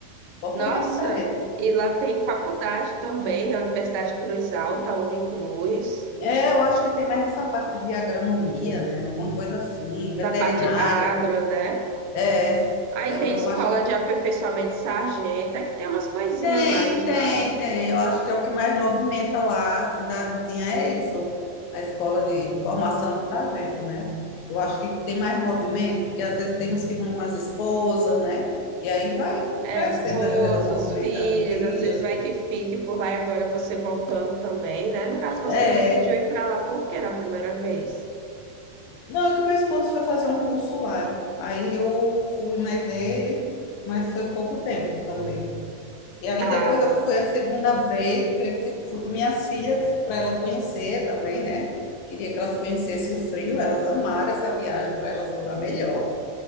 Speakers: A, on the left (about 80°); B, on the right (about 80°).
A: totalmente
B: Nossa,
A: diferente.
B: e lá tem faculdade também, na Universidade Cruz Alta, Unicruz,
A: É, eu acho que tem mais essa parte de agronomia, né? Alguma coisa assim, veterinária.
B: da parte agro, né?
A: É,
B: Aí
A: Então
B: tem
A: eu
B: escola
A: acho
B: de aperfeiçoamento de sargento, é que tem umas coisinhas
A: Tem,
B: a mais
A: tem,
B: lá.
A: tem. Eu acho que é o que mais movimenta lá a cidadezinha, é isso, a escola de, de formação de sargento, né? Eu acho que tem mais movimento, porque às vezes tem uns que vão com as esposas, né? E aí vai
B: É,
A: crescendo
B: esposos,
A: ali o redor, movimentando
B: filhos,
A: filhos.
B: às vezes vai que fique por lá e agora você voltando também, né? No caso, você
A: É.
B: decidiu ir para lá por quê na primeira vez?
A: Não, é que meu esposo foi fazer um curso lá. Aí eu fui mais ele, mas foi pouco tempo também. E aí
B: Ah,
A: depois eu fui a segunda vez, porque eu fi- fui com minhas filhas para elas conhecer também, né? Queria que elas conhecessem o frio, elas amaram essa viagem, para elas foram a melhor.